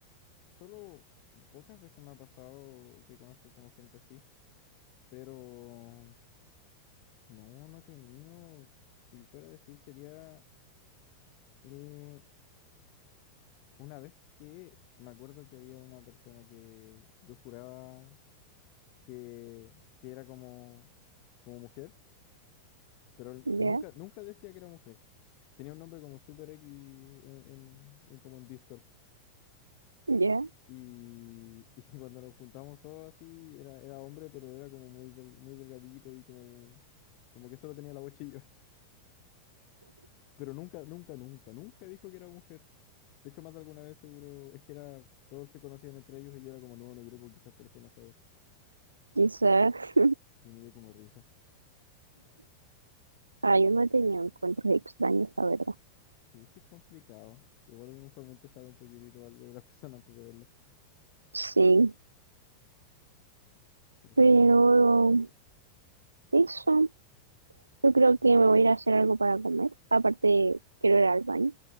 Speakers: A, on the left; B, on the right.
A: solo pocas veces me ha pasado que conozco como gente así, pero no, no he tenido, si fuera a decir, sería eh, una vez que me acuerdo que había una persona que yo juraba que, que era como, como mujer, pero él
B: Ya,
A: nunca, nunca decía que era mujer. Tenía un nombre como Super X en, en- en- como en Discord.
B: ya,
A: Y, y <laughs> cuando nos juntamos todos así, era, era hombre, pero era como muy, del- muy delgadito y como, como que solo tenía la voz chillona. <laughs> Pero nunca, nunca, nunca, nunca dijo que era mujer. De hecho, más de alguna vez seguro, es que era, todos se conocían entre ellos y yo era como nuevo en el grupo, quizás por eso no sabía.
B: quizás.
A: Y me dio como risa.
B: Ah, yo no he tenido encuentros extraños, la verdad.
A: Sí, es que es complicado. Igual uno usualmente sabe un poquitito algo de la <laughs> persona antes de verla.
B: Sí,
A: Pero sí,
B: pero
A: bueno.
B: Eso, yo creo que me voy a ir a hacer algo para comer. Aparte, quiero ir al baño.